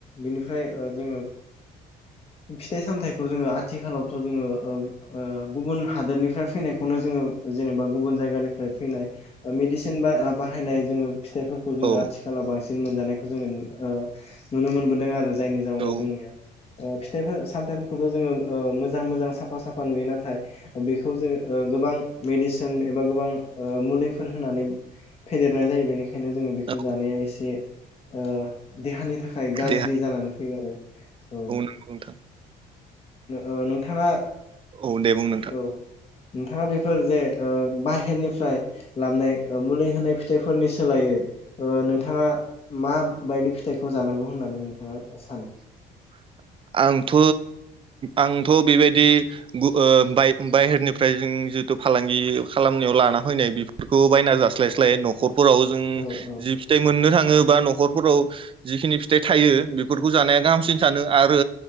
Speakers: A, on the left; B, on the right.
A: बिनिफ्राय ओ जोङो फिथाइ सामथाइखौ जोङो आथिखालावथ' जोङो ओ गुबुन हादोरनिफ्राय फैनायखौनो जोङो जेनेबा गुबुन जायगानिफ्राय फैनाय मेडिसिन बा-बाहायनाय जोङो फिथाइफोरखौ जोङो
B: औ
A: आथिखालाव बांसिन मोनजानायखौ जोङो नुनो मोनबोदों आरो जों जायनि जाउनाव
B: औ
A: जोंनिया फिथाइ सामथाइफोरखौथ' जोङो मोजां मोजां साफा साफा नुयो नाथाय बेखौ जों ओ गोबां मेडिसिन एबा गोबां मुलिफोर होनानै फेदेरनाय जायो बेनिखायनो जोङो बेखौ
B: औ
A: जानाया एसे ओ देहानि थाखाय गाज्रि
B: दे
A: जानानै फैयो आरो औ।
B: नंगौ नोंथां
A: ओ नोंथाङा
B: औ दे
A: औ
B: <inaudible>
A: नोंथाङा बेफोर जे ओ बाहेरनिफ्राय लाबनाय मुलि होनाय फिथाइफोरनि सोलाइयै ओ नोंथाङा माबायदि फिथाइखौ जानांगौ होननानै नोंथाङा सानो?
B: <inaudible> आंथ' आंथ' बेबायदि ओ बाय-बायहेरनिफ्राय जों जिथु फालांगि खालामनायाव लाना फैनाय बेफोरखौ बायना जास्लायस्लाय न'खर फोराव जों
A: औ औ
B: जि फिथाइ मोननो थाङो बा न खरफोराव जिखिनि फिथाइ थायो बेफोरखौ जानाया गाहामसिन सानो आरो